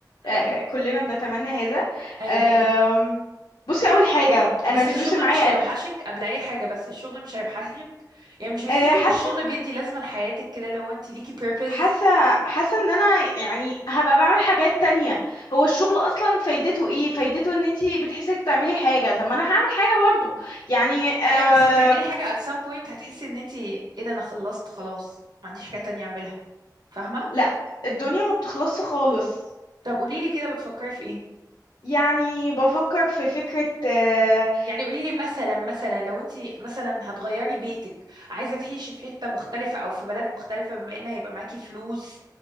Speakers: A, on the right; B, on the left.
A: أمم.
B: آه كلنا بنتمنى هذا
A: ايوه
B: آه
A: طبعا
B: بصي اول حاجه انا
A: بس
B: الفلوس
A: الشغل
B: اللي معايا
A: مش هيوحشك
B: قد
A: قبل اي حاجه بس الشغل مش هيوحشك يعني مش بتحسي
B: آه حاسه
A: ان الشغل بيدي لازمه لحياتك كده لو انت ليكي purpose
B: حاسه حاسه ان انا يعني هبقى بعمل حاجات تانية هو الشغل اصلا فايدته ايه فايدته ان انت بتحسي إنك بتعملي حاجه طب ما انا هعمل حاجه برضو يعني آه
A: ايوه بس هتعملي حاجه at some point هتحسي ان انت ايه ده انا خلصت خلاص ما عنديش حاجه تانية اعملها فاهمه
B: لا الدنيا ما بتخلصش خالص
A: طب قولي لي كده بتفكري في ايه
B: يعني بفكر في فكره آه
A: يعني قولي لي مثلا مثلا لو انت مثلا هتغيري بيتك عايزه تعيشي في حته مختلفه او في بلد مختلفه بما ان هيبقى معاكي فلوس